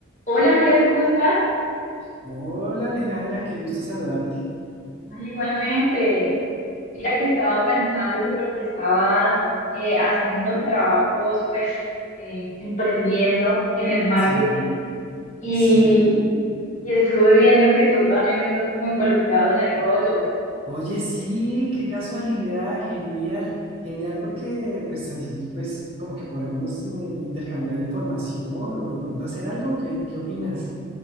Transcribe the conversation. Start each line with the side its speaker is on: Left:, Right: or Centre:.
Left: Hola Andrés, ¿cómo estás?
Right: Hola Alejandra, qué gusto saludarte.
Left: Ay, igualmente. Mira que estaba pensándote porque estaba eh, haciendo unos trabajos, pues, eh, emprendiendo en el marketing
Right: Sí,
Left: y,
Right: sí.
Left: y estuve viendo que tú también estás como involucrado en el rollo.
Right: Oye, sí, qué casualidad, genial, genial porque pues así pues como que podemos eh, intercambiar información o de pronto hacer algo, ¿qué, qué opinas?